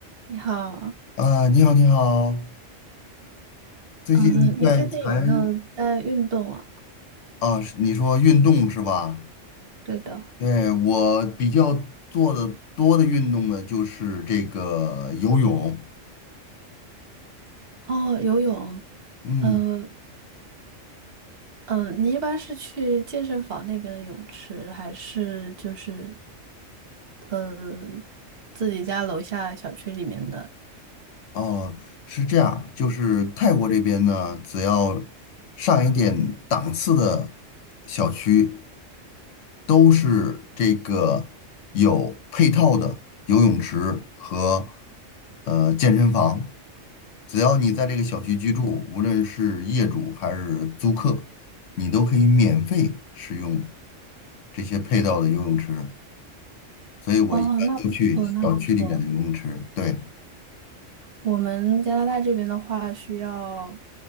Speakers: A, on the right; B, on the left.
A: 你好，
B: 啊，你好，你好，最近在谈
A: 呃，你最近有没有在运动啊？
B: 啊，是你说运动是吧？
A: 对的，
B: 对，我比较做的多的运动呢，就是这个游泳。
A: 哦，游泳，
B: 嗯，
A: 呃，嗯，你一般是去健身房那边的泳池，还是就是呃自己家楼下小区里面的？
B: 哦，是这样，就是泰国这边呢，只要上一点档次的小区，都是这个有配套的游泳池和呃健身房。只要你在这个小区居住，无论是业主还是租客，你都可以免费使用这些配套的游泳池。所以我一般都去小区里面的游泳池。
A: 哦，那不错，那不错。
B: 对，
A: 我们加拿大这边的话，需要